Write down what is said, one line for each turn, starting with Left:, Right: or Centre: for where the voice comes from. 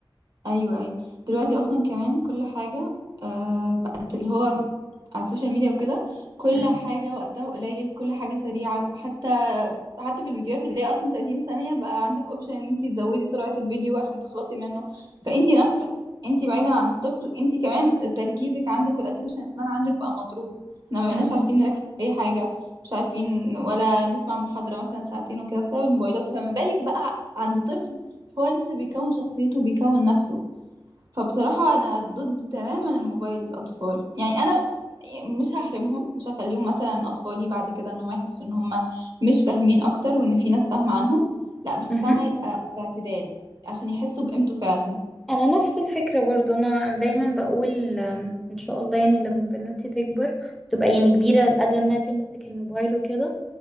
Right: ايوه ايوه دلوقتي اصلا كمان كل حاجه آه بقت اللي هو على السوشيال ميديا وكده كل
Centre: مهم.
Right: حاجه وقتها قليل كل حاجه سريعه حتى حتى في الفيديوهات اللي هي اصلا 30 ثانيه بقى عندك اوبشن ان انت تزودي سرعه الفيديو عشان تخلصي منه فانت نفسك انت بعيدا عن الطفل انت كمان تركيزك عندك والاتنشن سبان عندك بقى مضروب احنا ما بقيناش
Centre: مهم.
Right: عارفين نركز في اي حاجه مش عارفين ولا نسمع محاضره مثلا ساعتين وكده بسبب الموبايلات فما بالك بقى عند طفل هو لسه بيكون شخصيته بيكون نفسه فبصراحة أنا ضد تماما الموبايل للأطفال يعني أنا مش هحرمهم مش هخليهم مثلا أطفالي بعد كده إن هم يحسوا إن هم مش فاهمين أكتر وإن في ناس فاهمة عنهم لا بس
Centre: مهم.
Right: فاهمة يبقى باعتدال عشان يحسوا بقيمته فعلا
Centre: انا نفس الفكره برضو انا دايما بقول أم، ان شاء الله يعني لما بنوتي تكبر تبقى يعني كبيره قادره انها تمسك الموبايل وكده